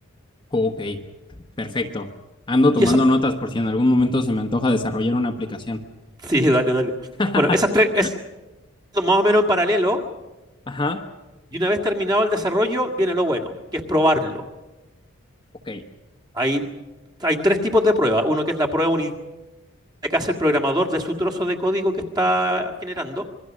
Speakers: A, on the left (about 20°); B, on the right (about 20°).
A: ok, perfecto. Ando tomando
B: Y esas
A: notas por si en algún momento se me antoja desarrollar una aplicación.
B: Sí, dale, dale.
A: <laughs>
B: Bueno, esas tres, es más o menos en paralelo.
A: Ajá,
B: Y una vez terminado el desarrollo, viene lo bueno, que es probarlo.
A: ok,
B: Hay, hay tres tipos de prueba. Uno que es la prueba unitaria que hace el programador de su trozo de código que está generando.